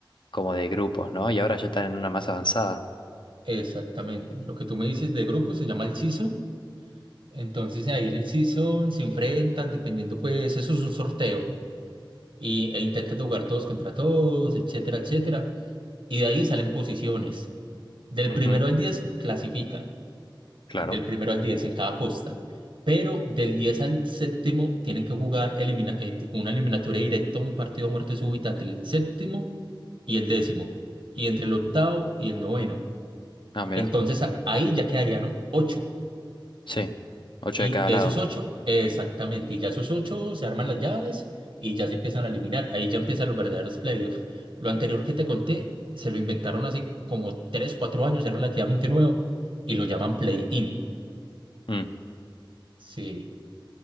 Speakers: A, on the left; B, on the right.
A: como de grupos, ¿no? Y ahora ya están en una más avanzada.
B: exactamente. Lo que tú me dices de grupo se llama el season. Entonces ahí en el season se enfrentan, dependiendo, pues, eso es un sorteo. y, e intentan jugar todos contra todos, etcétera, etcétera. Y de ahí salen posiciones. Del
A: Ujú,
B: primero al 10 clasifican,
A: Claro.
B: del primero al 10 en cada costa, pero del 10 al séptimo tienen que jugar elimina- eh, t- una eliminatoria directa, un partido a muerte súbita entre el séptimo y el décimo, y entre el octavo y el noveno.
A: Ah, mira.
B: Entonces a- ahí ya quedarían ocho
A: Sí. Ocho
B: Y
A: de cada
B: de
A: lado.
B: esos ocho, exactamente, y ya esos ocho se arman las llaves y ya se empiezan a eliminar. Ahí ya empiezan los verdaderos playoffs. Lo anterior que te conté, se lo inventaron hace como tres, cuatro años, es relativamente nuevo, y lo llaman play-in.
A: Mm,
B: Sí.